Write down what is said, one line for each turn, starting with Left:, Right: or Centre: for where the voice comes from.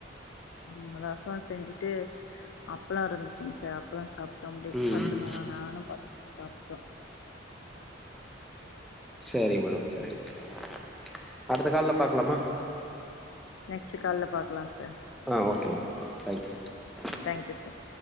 Left: ம் ரசோ செஞ்சிட்டு அப்ளோ‌ இருந்துச்சிங் சார் அப்ளோ சாப் டோ அப்டியே
Centre: ம்
Left: பசங்காள்ளா நானும் பசங்க சாப்ட்டோ
Centre: செரி மேடம் செரி செரி அடுத்த கால்ல பாக்கலாமா
Left: நெக்ஸ்ட்டு‌ கால்ல பாக்கலா சார்
Centre: அ ஓகேமா அ தேங்க்யூ
Left: தேங்க்யூ சார்